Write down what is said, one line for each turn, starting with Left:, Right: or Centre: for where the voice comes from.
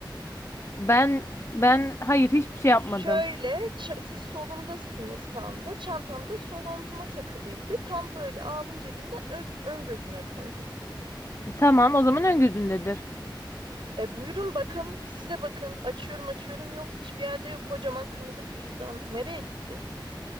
Left: ben ben hayır hiçbir şey yapmadım.
Right: Şöyle ç- siz solumdasınız tam da çantamda sol omzuma takılıydı. Tam böyle aldım cebimden ö- ön gözüne koydum.
Left: E, tamam o zaman ön gözündedir.
Right: E, buyurun bakın siz de bakın açıyorum açıyorum yok hiçbir yerde yok kocaman kırmızı bir cüzdan nereye gitti?